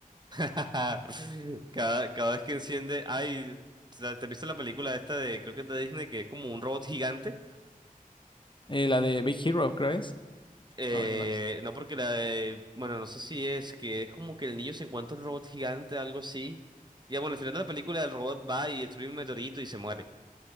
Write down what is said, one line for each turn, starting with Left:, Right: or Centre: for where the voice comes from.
Right: <laughs> Cada, cada vez que enciende, ay, ¿te te has visto la película esta de, creo que es de Disney, que es como un robot gigante?
Left: Eh, la de Big Hero, creo es.
Right: Eh,
Left: No, esa no es.
Right: no porque la de- Bueno, no sé si es que es como que el niño se encuentra un robot gigante, algo así. Y ah, bueno, al final de la película el robot va y destruye un meteorito y se muere.